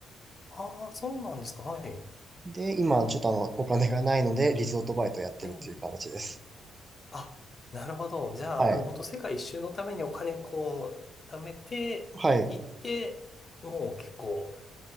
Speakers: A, on the left (about 35°); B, on the right (about 25°).
A: ああ、そうなんですかはい。
B: で、今、ちょっとあの、お金がないので、リゾートバイトやってるっていう形です。
A: ええ。あ、なるほど。じゃあ、
B: はい。
A: もう本当世界一周のためにお金こう、貯めて、
B: はい。
A: 行って、もう結構、